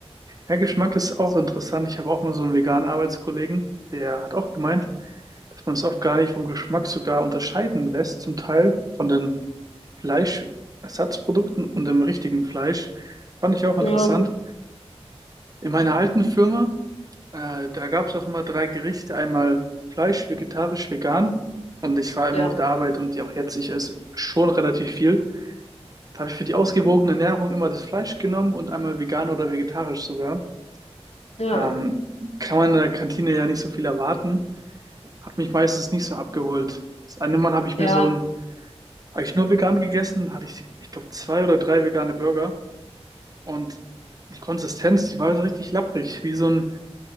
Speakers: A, on the right; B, on the left.
A: Ja, Geschmack ist auch interessant. Ich habe auch mal so einen veganen Arbeitskollegen, der hat auch gemeint, dass man es oft gar nicht vom Geschmack sogar unterscheiden lässt, zum Teil von den Fleischersatzprodukten und dem richtigen Fleisch. Fand ich auch interessant.
B: Ja,
A: In meiner alten Firma, äh, da gab es auch immer drei Gerichte, einmal Fleisch, vegetarisch, vegan. Und ich war immer
B: ja,
A: auf der Arbeit und die auch jetzt, ich esse schon relativ viel. Da habe ich für die ausgewogene Ernährung immer das Fleisch genommen und einmal vegan oder vegetarisch sogar.
B: ja,
A: Ähm, kann man in der Kantine ja nicht so viel erwarten. Hat mich meistens nicht so abgeholt. Das eine Mal habe ich
B: ja,
A: mir so ein, habe ich nur vegan gegessen, hatte ich, ich glaube, zwei oder drei vegane Burger. Und die Konsistenz, die war so richtig lapprig, wie so ein,